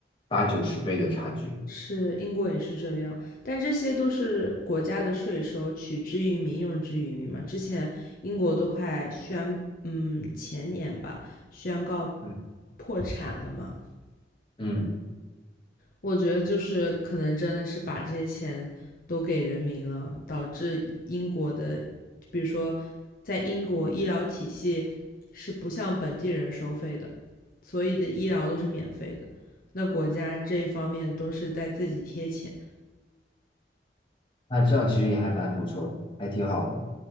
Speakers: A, on the left; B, on the left.
A: 八九十倍的差距。
B: 是英国也是这样，但这些都是国家的税收，取之于民，用之于民嘛。之前英国都快宣，嗯，前年吧，宣告
A: 嗯，
B: 破产了嘛。
A: 嗯。
B: 我觉得就是可能真的是把这些钱都给人民了，导致英国的，比如说在英国医疗体系是不向本地人收费的，所以的医疗都是免费的。那国家这一方面都是在自己贴钱。
A: 那这样其实也还蛮不错的，还挺好的，